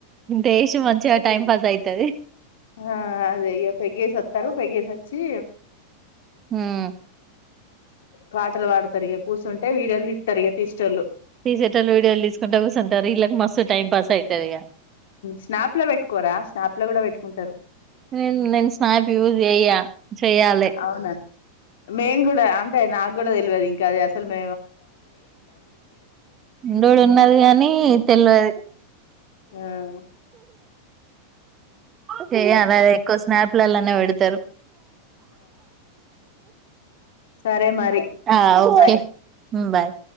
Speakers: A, on the right; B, on the left.
A: దేశ మంచిగా టైమ్ పాస్ యితే తాది
B: ఆ అదే పెగేసి వస్తారు పెగేసి వచ్చి
A: ఉమ్
B: పాటలు పాడతారు ఇక కూర్చుంటే వీడియోలు తితారు ఇక తీస్టోళ్ళు
A: తీసేటలు వీడియోలు తీసుకుంటే కూర్చుంటారు ఇళ్ళకి మస్తు టైం పాస్ అవుతది ఇక
B: స్నాప్ లో పెట్టుకోరా స్నాప్ లో కూడా పెట్టుకుంటారు
A: నను నేను స్నాప్ యూజ చేయ్యా చెయాలి
B: అవునా మేము కూడా అంటే నాకు కూడా తెలివద ఇంకా అది అసలు మ
A: ఉండోడు ఉన్నాడు కాని తెలియదు
B: ఉమ్
A: హే ఏ అలాగ ఎక్కువ స్నాప్ లాలనే పెడతారు
B: సరే మరి
A: ఆ ఓకే
B: బాయ్
A: బాయ్